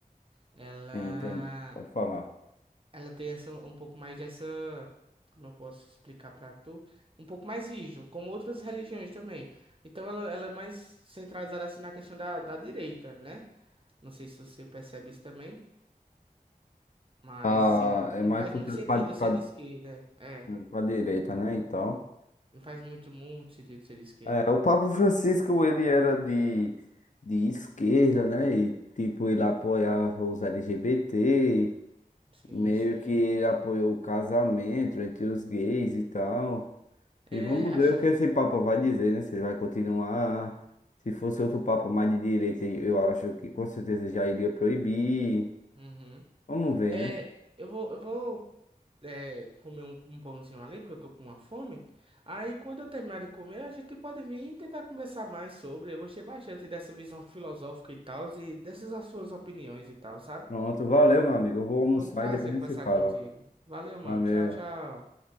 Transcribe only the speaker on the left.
Sim, entende? Pode falar.
Ah,
é
mais
puxado
pra,
pra,
pra direita, né? E tal.
É,
o Papa Francisco, ele era de, de esquerda, né? E, tipo, ele apoiava os LGBT,
meio
que ele apoiou o casamento entre os gays e tal. E
vamos ver
o que esse Papa vai dizer, né? Se ele vai continuar. Se fosse outro Papa mais de direita, eu acho que com certeza já iria proibir.
Vamos ver,
né?
Pronto, valeu, meu amigo. Eu vou almoçar
e depois a
gente se fala.
Valeu.